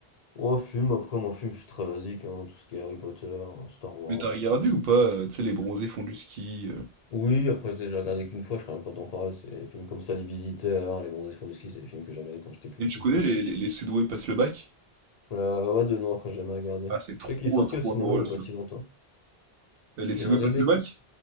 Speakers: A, on the left; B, on the right.
A: Oh, film, après, moi, film, je suis très basique, hein, tout ce qui est Harry Potter, euh, Star Wars,
B: Mais t'as regardé
A: je sais pas.
B: ou pas, euh, tu sais, les bronzés font du ski. euh.
A: Oui, après, j'ai déjà regardé qu'une fois, je suis quand même pas temps pareil. C'est des films comme ça, Les Visiteurs, Les Bronzés font du ski, c'est des films que j'ai regardé quand j'étais plus
B: Et
A: petit,
B: tu connais
A: quoi.
B: les, les, les Cédaux passent le bac?
A: Euh, ouais, de non, après, j'ai jamais regardé.
B: Ah, c'est trop
A: Je sais qu'il est sorti
B: trop
A: au cinéma
B: drôle.
A: il y a pas si longtemps.
B: Euh, Les pseudo
A: Et un remake
B: passent le bac?
A: aussi.